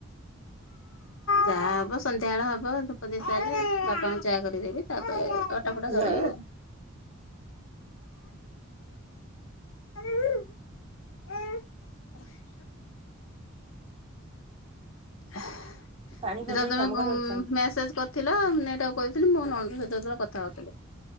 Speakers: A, on the left; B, on the right.
A: ଯାହା ହବ ସନ୍ଧ୍ୟାବେଳେ ହବ ଆଉ ଧୂପ ଦେଇସାରିଲେ। ବାପାଙ୍କୁ ଚାହା କରିଦେବି ତାପରେ ଅଟା। ଟା ଫଟା ଦଳିବି
B: ହଁ
A: ଆଉ। <inaudible> ସେଟା
B: ପାଣି କୋହଲେଇ
A: ତମେ
B: କାମ କରିବାକୁ ଇଚ୍ଛା ହଉନି
A: ମେସେଜ ଥିଲା ନେଟ ଅଫ୍ କରିଥିଲି, ମୋ ନଣନ୍ଦ ସହିତ ସେତେବେଳେ କଥା ହଉଥିଲି।